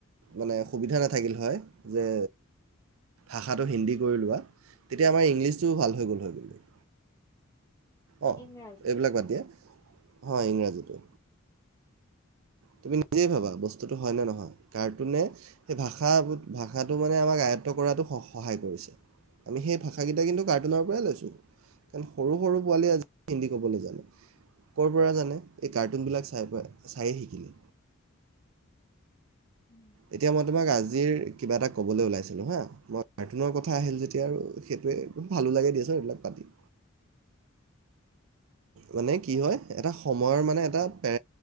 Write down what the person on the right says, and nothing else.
মানে সুবিধা নাথাকিল হয় যে ভাষাটো হিন্দী কৰি লোৱা তেতিয়া আমাৰ ইংলিছটোও ভাল হৈ গ'ল হয় গ' অঁ
এইবিলাক বাদ দিয়ে হয় ইংৰাজীটো তুমি নিজেই ভাবা বস্তুটো হয় নে নহয় কাৰ্টুনে সেই ভাষা ভাষাটো মানে আমাক আয়ত্ব কৰাটো স সহায় কৰিছে আমি সেই ভাষাকেইটা কিন্তু কাৰ্টুনৰ পৰাই লৈছোঁ কাৰণ সৰু সৰু পোৱালীয়ে আজি হিন্দী ক'বলৈ জানে ক'ৰ পৰা জানে এই কাৰ্টুনবিলাক চাই পাই চায়েই শিকিলে
এতিয়া মই তোমাক আজ আজিৰ কিবা এটা ক'বলৈ ওলাইছিলোঁ হা মই কাৰ্টুনৰ কথা আহিল যেতিয়া আৰু সেইটোৱে ভালো লাগে দিয়চ এইবিলাক পাতি মানে কি
হয় এটা সময়ৰ মানে এ পে্